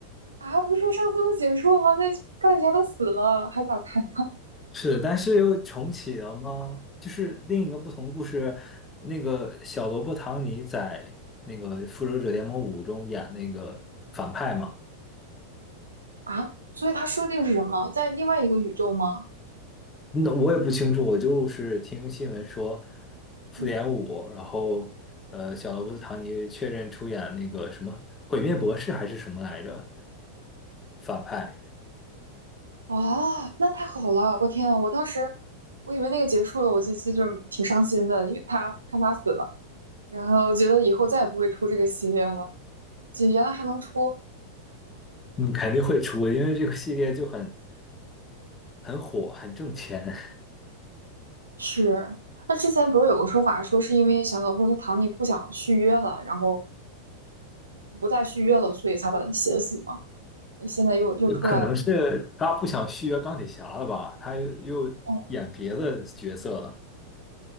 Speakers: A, on the right (about 75°); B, on the left (about 20°).
A: 啊，不是说上次都结束了吗？那钢铁侠都死了，还咋看
B: 是，但是又重启了吗？就是另一个不同的故事，那个小罗伯·唐尼在那个《复仇者联盟五》中演那个反派嘛。
A: 啊？所以它设定是什么？在另外一个宇宙吗？
B: 那我也不清楚，我就是听新闻说复联五，
A: 嗯
B: 然后呃，小罗伯特·唐尼确认出演那个什么毁灭博士还是什么来着反派，
A: 啊，那太好了！我天啊，我当时我以为那个结束了，我这次就是挺伤心的，因为他看他死了，然后我觉得以后再也不会出这个系列了。就原来还能出，
B: 嗯，肯定会出，因为这个系列就很很火，很挣钱。
A: 是。那之前不是有个说法，说是因为小萝卜和唐尼不想续约了，然后不再续约了，所以才把他写死嘛。现在又又出来了，
B: 可能是他不想续约钢铁侠了吧？他又又演别的角色了。
A: 哦